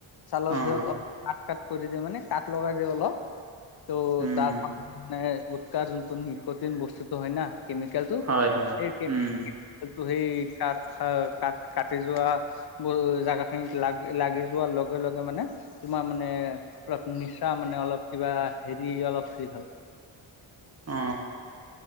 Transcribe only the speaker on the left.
ছালৰ
ভিৰত অলপ কাত কাত কৰি দিয়ে মানে কাত লগাই দিয়ে অলপ ত'
তাৰ পাছত মানে গুটকা যোনটো নিকটিন বস্তুটো হয় না কেমিকেলটো
সেই কেমিকেলটো
সেই কাত খা কাটি যোৱা বোৰ জাগা খিনিত লাগি লাগি যোৱাৰ লগে লগে মানে তোমাৰ মানে অলপ নিচা মানে অলপ কিবা হেৰি অলপ ফিল হয়